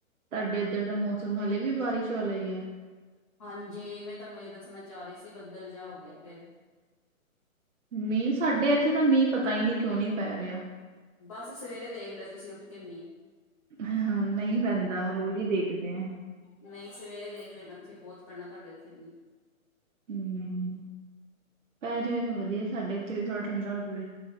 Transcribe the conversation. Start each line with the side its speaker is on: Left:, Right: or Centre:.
Right: ਤੁਹਾਡੇ ਇੱਧਰ ਦਾ ਮੌਸਮ ਹਾਲੇ ਵੀ ਬਾਰਿਸ਼ ਵਾਲਾ ਹੀ ਏ
Left: ਹਾਂਜੀ ਮੈਂ ਤੁਹਾਨੂੰ ਇਹ ਦੱਸਣਾ ਚਾਹ ਰਹੀ ਸੀ ਬੱਦਲ ਜਿਆ ਹੋ ਗਿਆ ਫਿਰ
Right: ਮੀਂਹ ਸਾਡੇ ਇੱਥੇ ਤਾਂ ਮੀਂਹ ਪਤਾ ਹੀ ਨਹੀਂ ਕਿਉਂ ਨੀਂ ਪੈ ਰਿਹਾ
Left: ਬਸ ਸਵੇਰੇ ਦੇਖ ਲਿਓ ਤੁਸੀਂ ਉੱਠ ਕੇ ਮੀਂਹ
Right: ਹਂ ਨਹੀਂ ਪੈਂਦਾ ਰੋਜ਼ ਹੀ ਦੇਖਦੇ ਆਂ
Left: ਨਈ, ਸਵੇਰੇ ਦੇਖ ਲੈਣਾ ਤੁਸੀਂ ਬੋਤ ਪੈਣਾ ਤੁਹਾਡੇ ਏਥੇ ਮੀਂਹ।
Right: ਹੂੰ, ਪੈ ਜਵੇ ਤਾਂ ਵਧੀਆ ਸਾਡੇ ਏਥੇ ਵੀ ਥੋੜਾ ਠੰਡਾ ਹੋ ਜਵੇ।